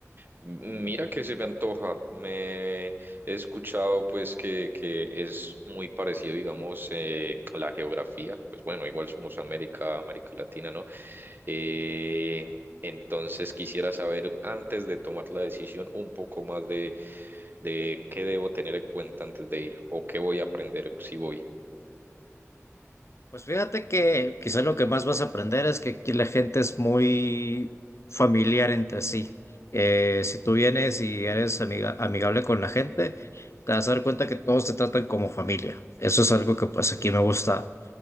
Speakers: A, on the right (about 45°); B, on the left (about 60°).
A: Mira que se me antoja. Me he escuchado pues que, que es muy parecido, digamos, eh, la geografía. Pues bueno, igual somos América, América Latina, ¿no? Eh, entonces quisiera saber, antes de tomar la decisión, un poco más de, de qué debo tener en cuenta antes de ir o qué voy a aprender si voy.
B: Pues fíjate que quizás lo que más vas a aprender es que aquí la gente es muy familiar entre sí. Eh, si tú vienes y eres amiga- amigable con la gente, te vas a dar cuenta que todos te tratan como familia. Eso es algo que pues aquí me gusta